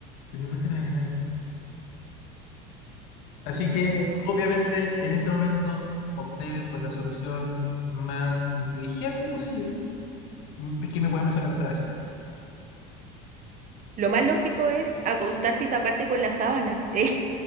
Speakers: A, on the left; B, on the right.
A: Y me vuelta no había nadie. Así que,
B: Du-
A: obviamente, en ese momento opté por la solución más inteligente posible. Mm, Es que mi weá me fue a la casa de la vecina.
B: Lo más lógico es acostarte y taparte con la sábana. <laughs> ¿eh?